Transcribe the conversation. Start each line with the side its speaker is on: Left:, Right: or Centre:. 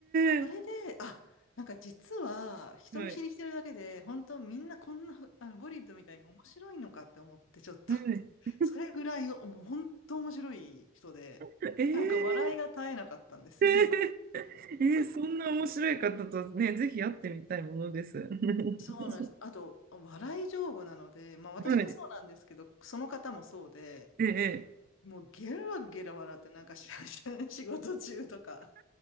Right: え、
Left: それで、あ、なんか実は、人見知りしてるだけで、
Right: はい。
Left: 本当みんなこんな、あの、ボリッドみたいに面白いのかって思って、ちょっと
Right: はい。
Left: それぐらい、もう本当面白い人で、
Right: ええ、
Left: なんか笑いが絶えなかったんですよね。
Right: えええーそんな面白い方とね、ぜひ会ってみたいものです。<laughs>
Left: そうなんです。あと、笑い上手なので、まあ私もそうなんですけど、
Right: はい。
Left: その方もそうで、
Right: ええ。ええ
Left: もうゲラゲラ笑って、なんかし <laughs> 仕事中とか、